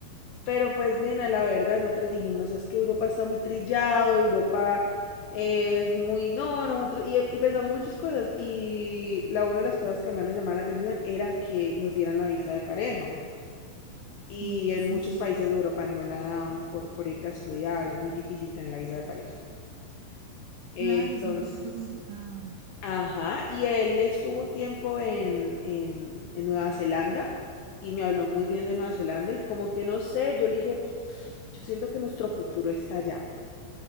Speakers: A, on the left; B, on the right.
A: pero pues nena, la verdad, nosotros dijimos es que Europa está muy trillado, Europa es muy, no, nosotros, y, y pensamos muchas cosas, y la una de las cosas que más nos llamaba la atención era que nos dieran la visa de pareja. y
B: Mm,
A: en
B: Sí,
A: muchos
B: sí,
A: países
B: sí.
A: de Europa no la dan por, por irte a estudiar, es muy difícil tener la visa de pareja.
B: Claro,
A: Entonces,
B: es un poquito complicado.
A: ajá, y él estuvo un tiempo en, en, en Nueva Zelanda y me habló muy bien de Nueva Zelanda y como que no sé, yo le dije, yo siento que nuestro futuro está allá,